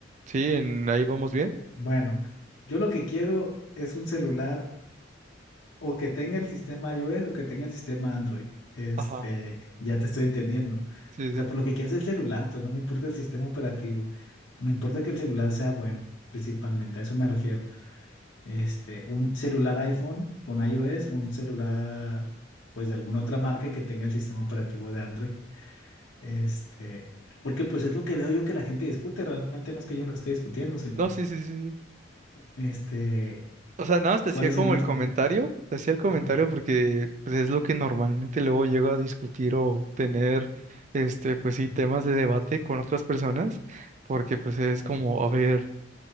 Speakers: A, on the right (about 40°); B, on the left (about 75°).
A: ¿Sí? En, ahí vamos bien.
B: Bueno, yo lo que quiero es un celular o que tenga el sistema iOS o que tenga el sistema Android. Este,
A: Ajá.
B: ya te estoy entendiendo.
A: Sí,
B: O
A: sí.
B: sea, pero lo que quiero es el celular, pues no me importa el sistema operativo. Me importa que el celular sea bueno, principalmente, a eso me refiero. Este, un celular iPhone con iOS, un celular, pues de alguna otra marca que tenga el sistema operativo de Android. Este, porque pues es lo que veo yo que la gente discute, realmente no es que yo lo esté discutiendo, sino,
A: No, sí, sí, sí. sí.
B: este,
A: O sea, nada más te hacía
B: ¿cuáles
A: como
B: serán las...
A: el comentario,
B: ventajas?
A: te hacía el comentario
B: Ujú,
A: porque pues, es lo que normalmente luego llego a discutir o tener, este, pues
B: ujú,
A: sí, temas de debate con otras personas, porque pues es
B: ujú.
A: como, a ver,